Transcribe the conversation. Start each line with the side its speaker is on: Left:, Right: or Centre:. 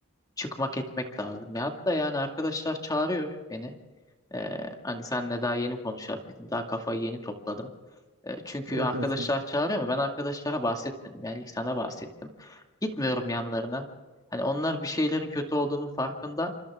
Left: çıkmak etmek lazım. Ya hatta yani arkadaşlar çağırıyor beni. Ee, hani senle daha yeni konuşabildim. Daha kafayı yeni topladım. E, Çünkü
Right: Evet
Left: arkadaşlar
Right: evet kankam.
Left: çağırıyor ama ben arkadaşlara bahsetmedim. Yani ilk sana bahsettim. Gitmiyorum yanlarına. Hani onlar bir şeylerin kötü olduğunun farkında.